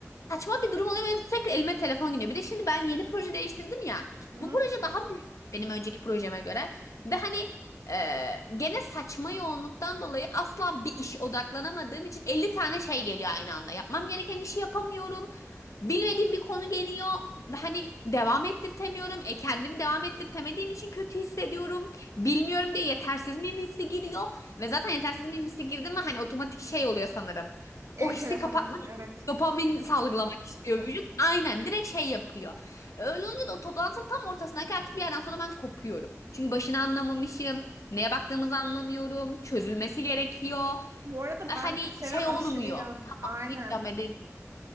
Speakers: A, on the left; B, on the right.
A: saçma bir durum oluyor ve sürekli elime telefon gidiyor. Bir de şimdi ben yeni proje değiştirdim ya.
B: Hı hı.
A: Bu proje daha büyük benim önceki projeme göre. Ve hani e, gene saçma yoğunluktan dolayı asla bir işe odaklanamadığım için 50 tane şey geliyor aynı anda. Yapmam gereken işi yapamıyorum. Bilmediğim bir konu geliyor ve hani devam ettirtemiyorum. E kendimi devam ettirtemediğim için kötü hissediyorum. Bilmiyorum diye yetersiz miyim hissi giriyor. Ve zaten yetersiz miyim hissi girdi mi hani otomatik şey oluyor sanırım.
B: Ev
A: O hissi
B: telefona
A: kapatmak
B: gidiyor
A: için
B: evet.
A: dopamin salgılamak istiyor vücut. Aynen direkt şey yapıyor. Öyle olunca da o toplantının tam ortasındaki artık bir yerden sonra ben kopuyorum. Çünkü başını anlamamışım. Neye baktığımızı anlamıyorum. Çözülmesi gerekiyor.
B: Bu arada
A: E, Hani
B: ben seni
A: şey
B: aşırı
A: olmuyor.
B: yan
A: Tamam
B: aynen.
A: deyip devam edemiyorum.